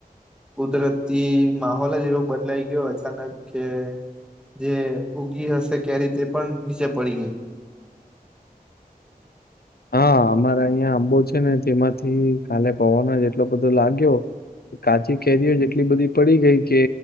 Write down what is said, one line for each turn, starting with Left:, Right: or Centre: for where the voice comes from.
Centre: કુદરતી માહોલ જ એવો બદલાઈ ગયો છે. અચાનક કે જે ઊગી હશે કેરી તે પણ નીચે પડી ગઈ.
Left: હાઆઆ અમારે અંયા આંબો છેને તેમાથી કાલે પવનો એટલો બધો લાગ્યો કાચી કેરીઓ જેટલી બધી પડી ગઈ કે